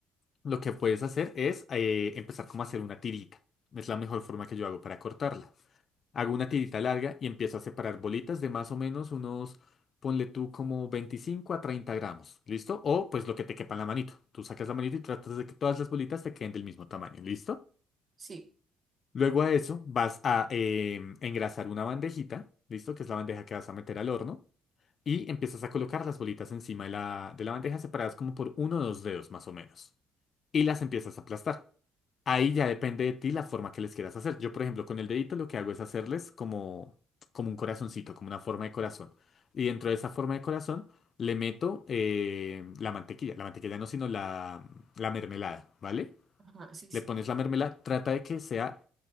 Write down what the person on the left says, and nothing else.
lo que puedes hacer es eh, empezar como a hacer una tirita. Es la mejor forma que yo hago para cortarla. Hago una tirita larga y empiezo a separar bolitas de más o menos unos, ponle tú como 25 a 30 gramos. ¿Listo? O pues lo que te quepa en la manito. Tú sacas la manito y tratas de que todas las bolitas te queden del mismo tamaño. ¿Listo?
Luego a eso vas a eh, engrasar una bandejita. ¿Listo? Que es la bandeja que vas a meter al horno y empiezas a colocar las bolitas encima de la, de la bandeja separadas como por uno o dos dedos más o menos. Y las empiezas a aplastar. Ahí ya depende de ti la forma que les quieras hacer. Yo, por ejemplo, con el dedito lo que hago es hacerles como, como un corazoncito, como una forma de corazón. Y dentro de esa forma de corazón le meto eh, la mantequilla. La mantequilla no, sino la, la mermelada, ¿vale?
Le pones
la mermelada, trata de que sea